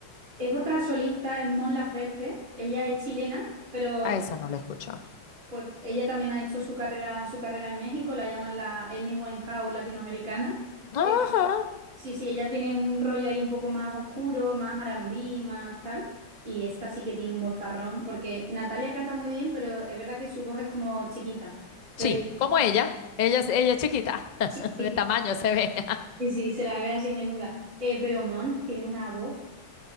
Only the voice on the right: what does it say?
Es otra solista, es Mon Laferte, ella es chilena, pero...
Pues ella también ha hecho su carrera, su carrera en México, la llaman la Amy Winehouse latinoamericana.
Eh, sí, sí, ella tiene un rollo ahí un poco más oscuro, más R&B, más tal. Y esta sí que tiene un vozarrón, porque Natalia canta muy bien, pero es verdad que su voz es como chiquita. Pero
sí, sí,
sí, sí, se la ve así menuda. Eh, pero Mon tiene una voz,